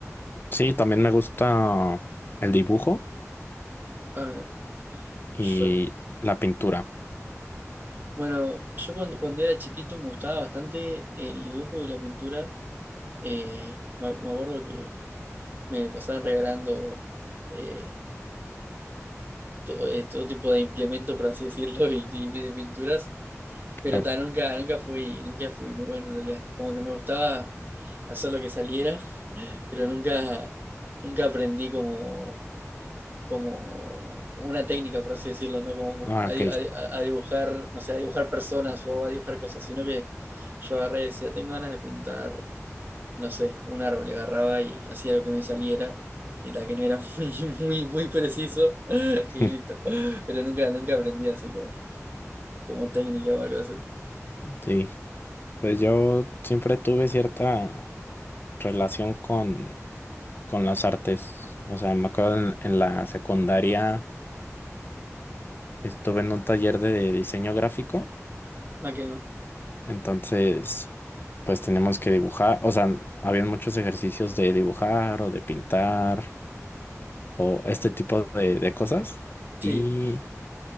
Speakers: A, on the left; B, on the right.
A: Sí, también me gusta el dibujo.
B: Ah, mira.
A: y
B: Yo,
A: la pintura.
B: bueno, yo cuando, cuando era chiquito me gustaba bastante el dibujo y la pintura. Eh, me, me acuerdo que me pasaban regalando eh, to- eh, todo tipo de implementos, por así decirlo, y, y de pinturas, pero
A: Ah,
B: ta, nunca, nunca fui, nunca fui muy bueno en realidad. Como que me gustaba hacer lo que saliera, <laughs> pero nunca, nunca aprendí como, como una técnica, por así decirlo, ¿no? Como
A: ah,
B: a,
A: ok.
B: di- a di- a dibujar, no sé, a dibujar personas o a dibujar cosas, sino que yo agarré y decía, tengo ganas de pintar no sé, un árbol, y agarraba y hacía lo que me saliera, y la que no era <laughs> muy, muy, muy preciso,
A: <laughs>
B: y listo. Pero nunca, nunca aprendí así como, como técnica o algo así.
A: Sí, pues yo siempre tuve cierta relación con, con las artes. O sea, me acuerdo en, en la secundaria estuve en un taller de diseño gráfico,
B: Ah, qué va.
A: entonces pues teníamos que dibujar, o sea, habían muchos ejercicios de dibujar o de pintar o este tipo de, de cosas.
B: Sí,
A: Y